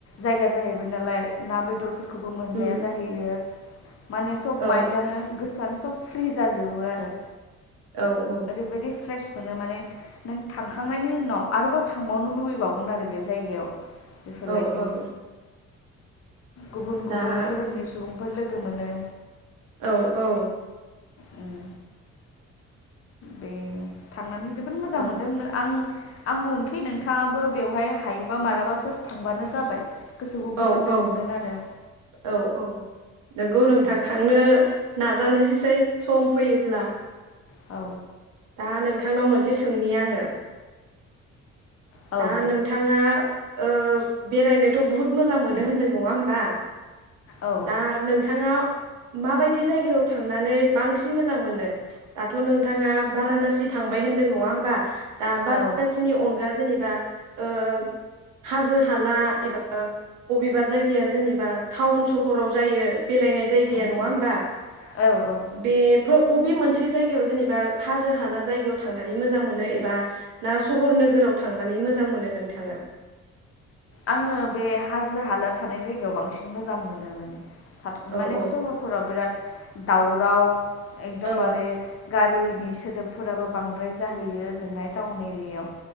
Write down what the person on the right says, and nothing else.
उम
औ
औ औ
औ औ
दा
औ औ।
औ
औ
औ
औ औ। नोंगौ नोंथां
थांनो नाजानोसोसै सम फैयोब्ला
दा नोंथांनाव मोनसे सोंनि आङो
दा
नोंथाङा ओ बेरायनोथ' बुहुत मोजां मोनो
होन्दों नङा होमबा?
दा नोंथाङा माबायद दि जायगायाव थांनानै बांसिन मोजां मोनो दाथ' नोंथाङा बारानासि थांबाय होनदों नङा होमबा? दा बादसिनि
अनगा जोनि बा ओ हाजो हाला एबा ब'बेबा जायगाया जेनिब बा टाउन सहराव जायो बेरायनाय जायगाया
नङा
होमबा
बेफो अ'बे मोनसे जायगायाव जेनेबा हाजो हाला जायगायाव थांनानै मोजां मोनो एबा ना सहर नोगोराव थांनानै मोजां मोनो नोंथाङा।
औ
औ
औ